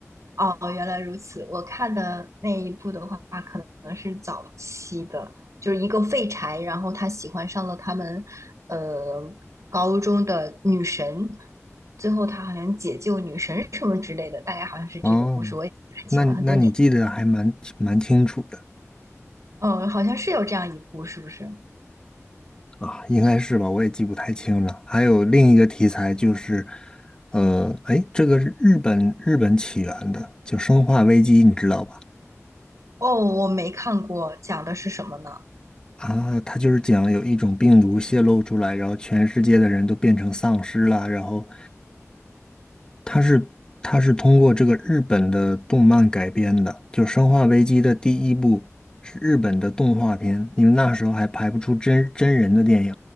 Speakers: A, on the right (about 75°); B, on the left (about 15°).
A: 哦，原来如此。我看的那一部的话，可能是早期的，就是一个废柴，然后他喜欢上了他们，呃，高中的女神，最后他好像解救女神什么之类的，大概好像是这个故事，
B: 哦，
A: 我也记不太清了，
B: 那那你记得还蛮蛮清楚的。
A: 很多年。嗯，好像是有这样一部，是不是？
B: 啊，应该是吧，我也记不太清了。还有另一个题材就是，呃，哎，这个是日本日本起源的，就《生化危机》，你知道吧？
A: 哦，我没看过，讲的是什么呢？
B: 啊，它就是讲有一种病毒泄露出来，然后全世界的人都变成丧尸了，然后它是它是通过这个日本的动漫改编的，就《生化危机》的第一部是日本的动画片，因为那时候还拍不出真真人的电影，